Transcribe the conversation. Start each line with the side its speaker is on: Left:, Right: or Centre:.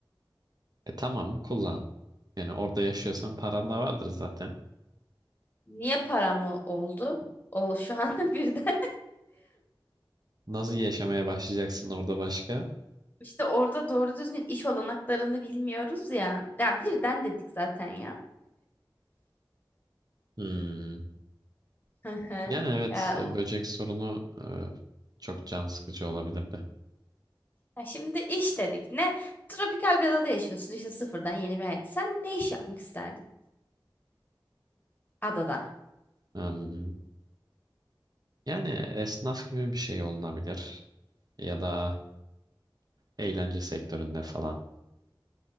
Right: E tamam kullan. Yani orada yaşıyorsan paran da vardır zaten.
Left: Niye param o- oldu? O şu an <laughs> birden
Right: Nasıl yaşamaya başlayacaksın orada başka?
Left: İşte orada doğru düzgün iş olanaklarını bilmiyoruz ya. Ya birden dedik zaten ya.
Right: Hmm.
Left: Hı hı.
Right: Yani evet
Left: Ya,
Right: e,
Left: u-
Right: böcek sorunu e, çok can sıkıcı olabilirdi.
Left: ya şimdi iş dedik. Ne? Tropikal bir adada yaşıyorsun. İşte sıfırdan yeni bir hayat. Sen ne iş yapmak isterdin adada?
Right: Hmm. Yani esnaf gibi bir şey olunabilir. Ya da eğlence sektöründe falan.